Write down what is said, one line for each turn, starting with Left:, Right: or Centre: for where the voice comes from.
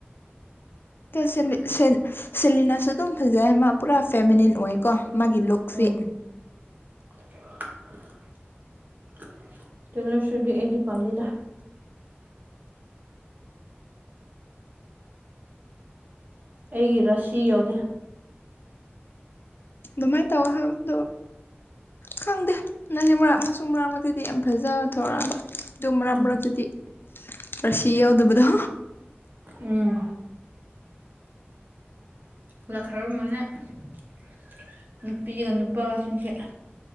Left: ꯁꯦꯂꯤ ꯁꯦꯟ ꯁꯦꯂꯤꯅꯥꯁꯨ ꯑꯗꯨꯝ ꯐꯖꯩ ꯃꯥ ꯄꯨꯔꯥ ꯐꯦꯃꯤꯅꯤꯟ ꯑꯣꯏꯀꯣ ꯃꯥꯒꯤ ꯂꯨꯛꯁꯤ
Right: ꯎꯝ <unintelligible> ꯇꯦꯂꯔ ꯁꯨꯏꯐꯗꯤ ꯑꯩꯗꯤ ꯄꯥꯝꯗꯦꯗ ꯑꯩꯒꯤ ꯔꯁꯤ ꯌꯥꯎꯗꯦ
Left: ꯑꯗꯨꯃꯥꯏ ꯇꯧ ꯍꯥꯏꯕꯗ ꯈꯪꯗꯦ ꯅꯪꯒꯤ ꯃꯔ ꯃꯆꯨꯝ ꯃꯔꯛ ꯃꯇꯛꯇꯨꯗꯤ ꯌꯥꯝ ꯐꯖꯕ ꯊꯣꯔꯛꯑꯕ ꯑꯗꯨ ꯃꯔꯛ
Right: ꯎꯝ
Left: ꯃꯔꯛꯇꯗꯤ ꯔꯁꯤ ꯌꯥꯎꯗꯕꯗꯣ
Right: ꯎꯝ <unintelligible> ꯅꯨꯄꯤꯒ ꯅꯨꯄꯥꯁꯤꯡꯁꯦ